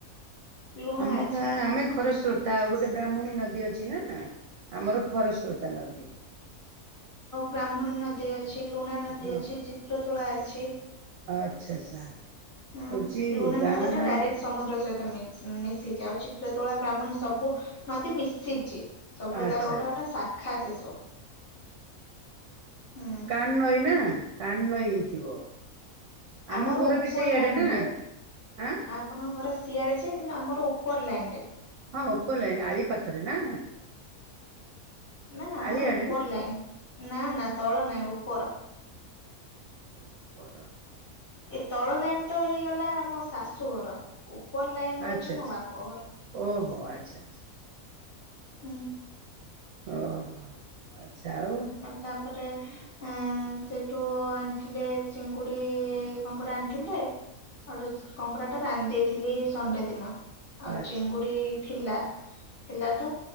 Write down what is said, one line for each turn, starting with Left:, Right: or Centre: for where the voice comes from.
Left: ଲୁଣା
Right: ଆମ
Left: ଅଛି
Right: ଗାଁରେ
Left: ଆମର
Right: ଆମେ ଖରସ୍ରୋତା ଆଉ ଗୋଟେ ବ୍ରାହ୍ମଣୀ ନଦୀ ଅଛି ନା ଆମର ଖର ସ୍ରୋତା ନଦୀ
Left: ବ୍ରାହ୍ମଣ ନଦୀ ଅଛି ଲୁଣା ନଦୀ
Right: ହଁ
Left: ଅଛି ଚିତ୍ରତୋଳା ଅଛି
Right: ଆଚ୍ଛା ଆଚ୍ଛା
Left: ହଁ
Right: ହଉଛି
Left: ଲୁଣା
Right: ଗାଁ
Left: ନଦୀ ଟା
Right: ନା
Left: ଡାଇରେକ୍ଟ ସମୁଦ୍ର ସହିତ ମିଶିଛି ଆଉ ଚିତ୍ର ତୋଳା ବ୍ରାହ୍ମଣୀ ସବୁ ନଦୀ ମିଶିଛି ସବୁ
Right: ଆଚ୍ଛା
Left: ତାର ଗୋଟା
Right: ଆଚ୍ଛା
Left: ଗୋଟେ ଶାଖା ସେ ସବୁ ହୁଁ
Right: କାନ ନଈ ନା, କାନ ନଈ ହେଇଥିବ। ଆମ
Left: ଆମର
Right: ଘର
Left: ଉପର
Right: ବି ସେଇଆଡେ
Left: ଲାଇନ
Right: ନା
Left: ରେ,
Right: ଆଁ
Left: ଆପଣଙ୍କ ଘରେ ସିଆରେ ଯେ କିନ୍ତୁ ଆମର ଉପର ଲାଇନ ରେ
Right: ହଁ ଉପର ଲାଇନ, ଆଳି ପାଖରେ ନା
Left: ନା, ନା, ଆମର
Right: ଆଳିଆଡେ
Left: ଉପର
Right: ନା
Left: ଲାଇନ ନା ନା ତଳ ନାଇଁ ଉପର
Right: ଉପର
Left: ଏ ତଳ ଲାଇନ ତ ହେଇଗଲା ଆମ ଶାଶୁଘର ୋ
Right: ଆଚ୍ଛା ଆଚ୍ଛା
Left: <unintelligible> ବାପ ଘର।
Right: ଓହୋ ଆଚ୍ଛା ଆଚ୍ଛା ଓହୋ
Left: ହୁଁ
Right: ଓହୋ, ଆଚ୍ଛା ଆଉ
Left: ତାପରେ ସେଠୁ ଆଣିଥିଲେ ଚିଙ୍ଗୁଡି କଣ କୋଟେ ଆଣିଥିଲେ ଆ କଙ୍କଡ଼ା ଟା ରାନ୍ଧି ଦେଇଥିଲି ସଢେ ଦିନ ଆଉ
Right: ଆଚ୍ଛା
Left: ଚିଙ୍ଗୁଡି
Right: ଆଚ୍ଛା
Left: ଥିଲା। ଥିଲା ତ